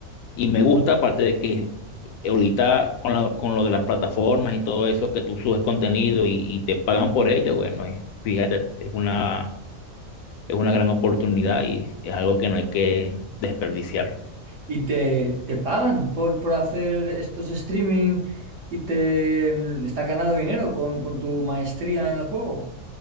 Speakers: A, on the left; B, on the right.
A: Y me gusta, aparte de que ahorita con, la- con lo de las plataformas y todo eso, que tú subes contenido y, y te pagan por ello, bueno, es- fíjate, es una, es una gran oportunidad y es algo que no hay que desperdiciar.
B: y te, te pagan por, por hacer estos streaming y te mm, estás ganando dinero con, con tu maestría en el juego.